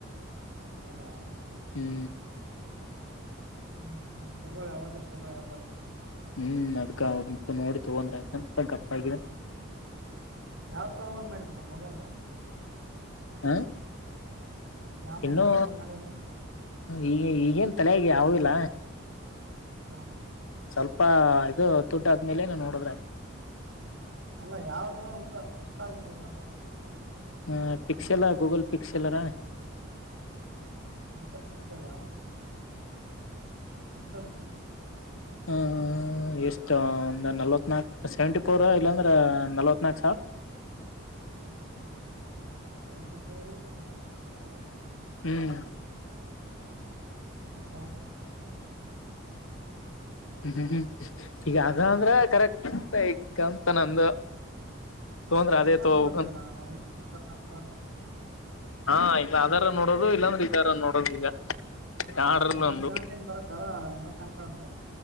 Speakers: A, on the right; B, on the left.
A: ಹೌ ಹಾ
B: ಹ್ಮ್
A: ಹ್ಮ್ ಹ್ಮ್ ತೊಬಳ ಆವದ ತೊಬಳ ಅವಾದ
B: ಹ್ಮ್ ಅದ್ಕ ಅವ ನೋಡಿ ತಗೊಂಡ್ರ ಅ ಗಪ್ಪಗಿದ <unintelligible>
A: ಯಾವ ತಗೊಂಡ್ ಮಾಡಿದರ ಮೊಬೈಲ್
B: ಹಾ
A: ಯಾವ
B: ಇನ್ನುೂ
A: ಮೊಬೈಲ್ ತಗೊಂಡ್ ಮಾಡಿದ್ರಿ ನೆಕ್ಸ್ಟ್
B: ಈ ಈಗೇನ್ ತಲೆಗಿ ಯವು ಇಲ್ಲ
A: ಹಾ
B: ಸ್ವಲ್ಪ ಇದು ತುಟ ಆದ್ಮೇಲೆ ನೋಡದ್ರತ <unintelligible>
A: ಅಲ್ಲ ಯಾವ್ದು ಅಂತ ಇಷ್ಟ ಆಗಿರೋದ
B: ಹಾ ಪಿಕ್ಷೆಲ ಗೂಗಲ್ ಪಿಕ್ಕ್ಷೆಲ್ರಾ
A: ಗೂಗಲ್ ಪಿಕ್ಸೆಲ್. ಎಷ್ಟದ.
B: ಹ್ಮ್ ಹಂ ಎಷ್ಟ ದ ನಾಲ್ವತ್ನಾಕ್ ಸೆವೆಂಟಿ ಫೋರ್ ಇಲ್ಲಾಂದ್ರ ನಲ್ವತ್ನಾಕ ಸಾವ್ರ. <unintelligible>
A: ಸೆವೆಂಟಿ ಫೋರ್ <inaudible>
B: ಹ್ಮ್
A: ಹಾ <inaudible>
B: ಹ್ಮ್ ಹ್ಮ್ ಹ್ಮ್ ಈಗ ಅದ ಅಂದ್ರ ಕರೆಕ್ಟ್ ಅಂತ್ ಇಕ್ಕಂತ್ ನಂದು. ತೊಂದ್ರ ಅದೇ
A: ಐಫೋನ್
B: ತಗೋಬೇಕಂತ
A: ಬರುತ್ತಲ್ ಹೆಂಬತ್ತ್ ನಾಲ್ಕ ಸಾವ್ರ
B: ಹಾ ಇಲ್ಲ ಅದರಾ ನೋಡೋದು ಇಲ್ಲಾಂದ್ರ ಇದರಾ ನೋಡೋದು ಈಗ. ಯಾಡ್ರಲ್ಲ
A: ಐಫೋನ್
B: ಒಂದು
A: ಸೆವೆಂಟೀನ್ ಬರುತ್ತಲ್ಲ ಹೆಂಬತ್ನಾಲ್ಕ ಸಾವ್ರ ರೂಪಾಯ